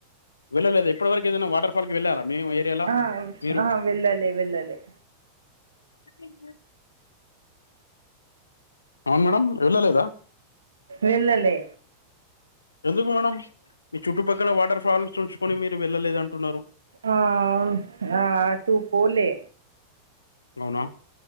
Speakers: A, on the left; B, on the right.
A: వెళ్ళలేదా ఎప్పటివరకు ఏదైనా వాటర్ ఫాల్ కి వెళ్ళారా మీ ఏరియాలో
B: ఆ
A: మీరు
B: ఆ వెళ్ళలేదండీ అదే
A: <unintelligible> అవును మేడం వెళ్ళలేదా
B: వెళ్ళలే
A: ఎందుకు మేడం మీ చుట్టుపక్కల వాటర్ ఫాల్స్ ఉంచుకని మీరు వెళ్ళలేద అంటున్నారు
B: ఆ ఆ అటు పోలే
A: అవునా